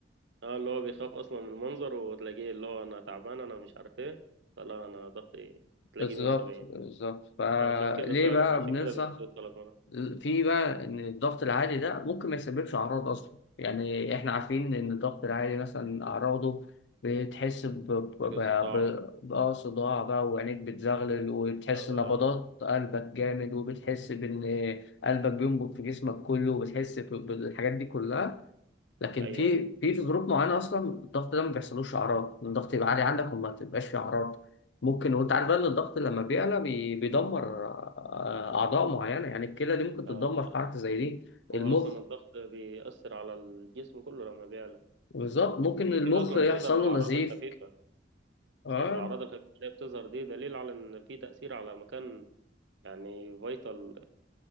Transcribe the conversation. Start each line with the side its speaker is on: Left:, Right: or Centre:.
Right: اه اللي هو بيخاف اصلا من المنظر وتلاقيه اللي هو انا تعبان انا مش عارف ايه فلا انا ضغطي تلاقيه
Left: بالظبط
Right: 170
Left: بالظبط فليه
Right: عشان كده فعلا
Left: بقى
Right: عشان
Left: بننصح
Right: كده اللي بيسود ثلاث مرات
Left: في بقى ان الضغط العالي ده ممكن ما يسببش اعراض اصلا يعني احنا عارفين ان الضغط العالي مثلا اعراضه بتحس ب- ب-
Right: تلاقي
Left: ب-
Right: الصداع
Left: ب- بقى صداع بقى وعينيك بتزغلل وبتحس
Right: بيستغل
Left: نبضات
Right: اه
Left: قلبك جامد وبتحس بان قلبك بينبض في جسمك كله وبتحس ب- بالحاجات دي كلها لكن
Right: ايوه
Left: في
Right: ايوه
Left: في في ظروف معينه اصلا الضغط ده ما بيحصلوش اعراض إن الضغط يبقى عالي عندك وما تبقاش فيه اعراض ممكن وانت عارف بقى ان الضغط لما بيعلى بي- بيدمر آه، اعضاء معينه يعني الكلى دي ممكن تتدمر
Right: آه،
Left: في حركه زي دي
Right: هو
Left: المخ
Right: اصلا الضغط بيأثر على الجسم كله لما بيعلى
Left: بالظبط ممكن
Right: عشان
Left: المخ
Right: كده اصلا
Left: يحصل
Right: ما تظهر الاعراض
Left: له نزيف
Right: الخفيفه
Left: اه
Right: يعني الأعراض الخفيفة اللي هي بتظهر دي دليل على إن في تأثير على مكان يعني فيتال